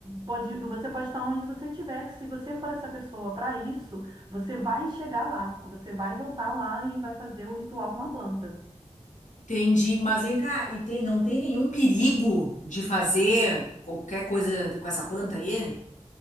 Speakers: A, on the right; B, on the left.
A: pode, você pode estar onde você estiver, que se você for essa pessoa para isso, você vai chegar lá, você vai voltar lá e vai fazer o ritual com a planta.
B: Entendi, mas vem cá, e tem, não tem nenhum perigo de fazer qualquer coisa com essa planta aí?